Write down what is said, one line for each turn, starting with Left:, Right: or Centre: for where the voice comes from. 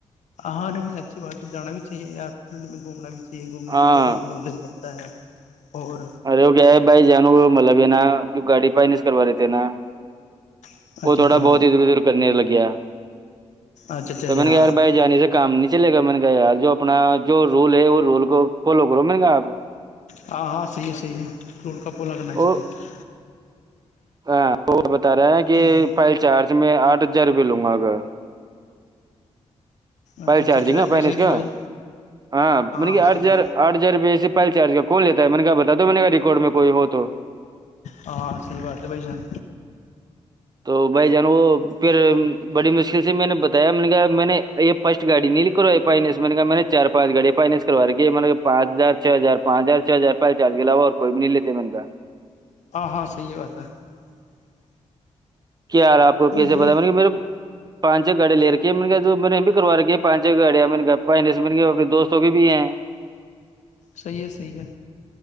Left: ہاں نہیں نہیں اچھی بات ہے جانا بھی چاہیے <unintelligible> گھومنے
Right: ہاں
Left: سے تھوڑا نالج بڑھتا ہے اور
Right: ارے وہ گ ہے بائی جان مل نا جو گاڑی پائ نہیںس کروا رہےتے نا
Left: اچھا
Right: وہ تھوڑا
Left: اچھا
Right: بہت ادھر ادھر کرنے لگ گیا
Left: اچھا اچھا
Right: تو
Left: اچھا
Right: میں نے کہ یار بھائی جانے سے کام نہیں چلے گا میں نے کہا یار جو اپنا جو رول ہے وہ رول کو فالو کرو م گا آپ
Left: ہاں ہاں صحیح ہے صحیح ہے <unintelligible>
Right: اور ہاں اور <inaudible> رہا ہے کہ
Left: ہ
Right: فائل چارج میں آٹھ ہزار روپئے لوں گا اگر پل
Left: اچھا اچھا
Right: چارجنگ
Left: اچھا
Right: ہے پائنز
Left: ایسے کیوں
Right: کا
Left: بھائی
Right: ہاں
Left: ہاں صحیح
Right: آٹھ ہزار
Left: ہے
Right: آٹھ ہزار رپئے سے پل چارج کا کون لیتا ہے میں نے بتا تو نے گ کوڑ میں کوئی ہو تو
Left: ہاں سی بد بھ جان
Right: تو بھائی جان وہ پھر بڑی مشکل سے میں نے بتایا میں نے کہا میں نے یہ فسٹ گاڑی نہیں کروا فائس میں نے کہا میں نے چار پانچ گاڑی فائس کروا رہے نے پانچ ہزار چھ ہزار پانچ ہزار چھ ہزار چار کے علاوا اور کوئی بھی نہیں لیتے میں نے کہا
Left: <unintelligible>
Right: کیا حالا ہے آپ کو
Left: تو
Right: کیسے
Left: یہی
Right: پتا م میرے پانچ گاڑیا لے ر کےے میں نے کہ جو میں نے بھی کرو رے پانچ گاڑیا میں نے پ سے اپنے دوست بھی ہیں
Left: صحیح ہے صحیح ہے